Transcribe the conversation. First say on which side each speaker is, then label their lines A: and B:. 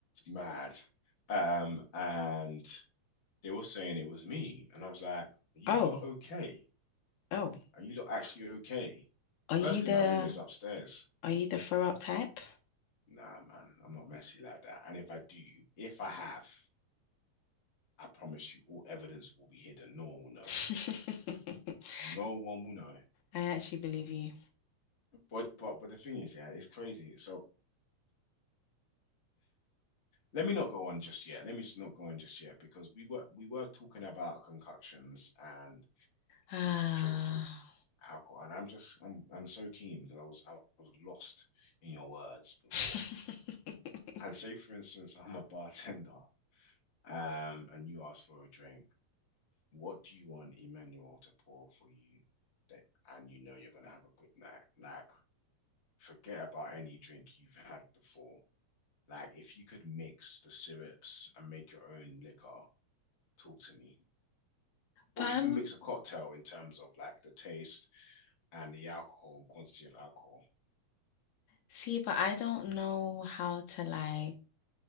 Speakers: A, on the left; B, on the left.
A: Mad. Um, and they were saying it was me, and I was like, "Are you
B: Oh,
A: lot okay?
B: oh.
A: Are you lot actually okay?"
B: Are you
A: Firstly,
B: the
A: my room is upstairs.
B: are you the throw up type?
A: Nah, man, I'm not messy like that. And if I do, if I have, I promise you, all evidence will be hidden. No one will know.
B: <laughs>
A: No one will know.
B: I actually believe you.
A: But but but the thing is, yeah, it's crazy. So Let me not go on just yet. Let me just not go on just yet because we were we were talking about concoctions and
B: <sighs> Ah.
A: drinks and alcohol, and I'm just I'm I'm so keen because I was I was lost in your words before.
B: <laughs>
A: And say for instance, I'm a bartender, um, and you ask for a drink. What do you want Emmanuel to pour for you that and you know you're gonna have a good night? Like, forget about any drink you've had before. Like, if you could mix the syrups and make your own liquor, talk to me. or
B: But I'm,
A: you can mix a cocktail in terms of like the taste and the alcohol and quantity of alcohol.
B: see, but I don't know how to like,